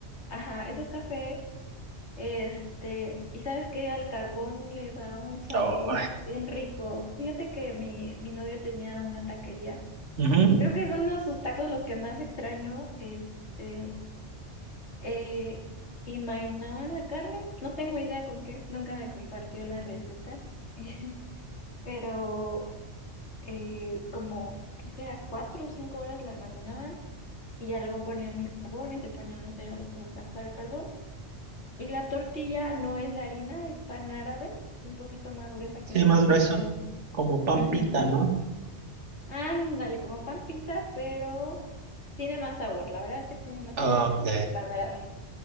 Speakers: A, on the left; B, on the right.
A: Ajá, eso es café, este, y sabes que al carbón le da un sabor
B: Oh.
A: bien rico. Fíjate que mi, mi novio tenía una taquería.
B: Ujú.
A: Creo que son uno de sus tacos los que más extraño, este, eh, y marinaban la carne. No tengo idea con qué, nunca me compartió la receta. <laughs> Pero eh, como, ¿qué será? Cuatro o cinco horas la marinaban y ya luego ponían el carbón y se ponían a hacer los tacos al carbón. Y la tortilla no es de harina, es pan árabe, un poquito más gruesa
B: Sí,
A: que la
B: más
A: tortilla
B: grueso.
A: de harina.
B: Como pampita,
A: Ujú.
B: ¿no?
A: Ándale, como pan pita, pero tiene más sabor, la verdad es que tiene más
B: Ok.
A: sabor el, el pan árabe.